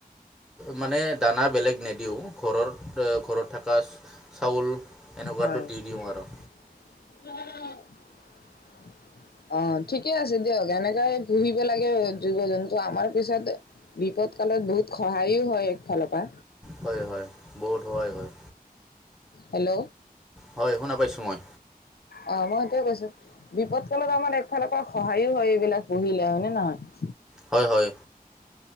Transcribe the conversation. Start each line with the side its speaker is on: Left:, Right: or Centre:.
Centre: মানে দানা বেলেগ নেদিওঁ, ঘৰৰ, এ ঘৰত থাকা চ চাউল, এনেকুৱাটো
Left: হয়
Centre: দি দিওঁ আৰু
Left: <inaudible> অ, ঠিকে আছে দিয়ক, এনেকাই পুহিব লাগে জীৱ- জন্তু, আমাৰ পিছত বিপদ কালত বহুত সহায়ো হয় একফালৰ পা।
Centre: হয়, হয়, বহুত সহায় হয়।
Left: হেল্ল',
Centre: হয় শুনা পাইছোঁ মই
Left: অ, মই সেইটোৱে কৈছো। বিপদ কালত আমাৰ একফালৰ পৰা সহায়ো হয় এইবিলাক পুহিলে, হয় নে নহয়?
Centre: হয়, হয়।